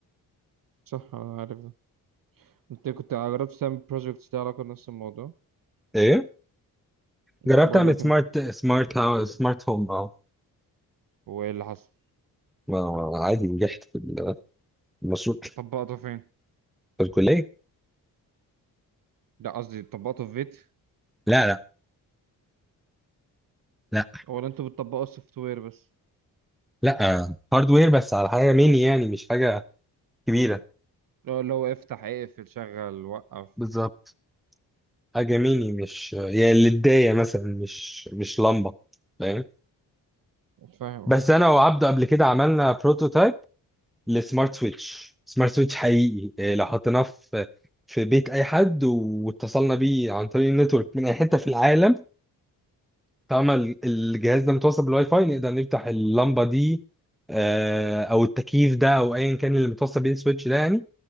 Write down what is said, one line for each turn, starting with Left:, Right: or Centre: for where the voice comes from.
Right: صح أنا عارف ده أنت كنت جربت تعمل بروجكت ده علاقة بنفس الموضوع
Centre: إيه؟
Right: بقول
Centre: جربت أعمل
Right: لك
Centre: سمارت
Right: أنت
Centre: سمارت هاوس سمارت هوم أه
Right: وإيه اللي حصل
Centre: ما- ما- عادي نجحت في المشروع
Right: طبقته فين؟
Centre: في الكلية
Right: لا قصدي تطبقوا في فيت
Centre: لا لا لا
Right: ولا انتوا بتطبقوا السوفت وير بس
Centre: لا هاردوير بس على حاجة ميني يعني مش حاجة كبيرة
Right: لو لو افتح اقفل شغل وقف
Centre: بالظبط حاجة ميني مش يعني للداية مثلا مش مش لمبة فاهم
Right: فاهم اه
Centre: بس أنا وعبده قبل كده عملنا بروتوتايب لسمارت سويتش سمارت سويتش حقيقي إيه، لو حطيناه في في بيت أي حد واتصلنا بيه عن طريق النتورك من أي حتة في العالم طالما ال- الجهاز ده متوصل بالواي فاي نقدر نفتح اللمبة دي آه، أو التكييف ده أو أيا كان اللي متوصل بيه السويتش ده يعني